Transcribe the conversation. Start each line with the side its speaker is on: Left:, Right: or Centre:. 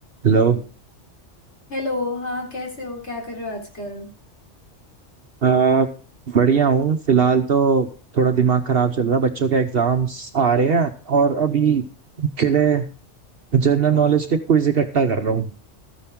Right: Hello
Left: Hello हाँ कैसे हो क्या कर रहे हो आजकल
Right: आ, बढ़िया हूँ फिलहाल तो थोड़ा दिमाग खराब चल रहा है बच्चों के एग्जाम्स आ रहे हैं और अभी के लिए जनरल नॉलेज के क्विज इकट्ठा कर रहा हूँ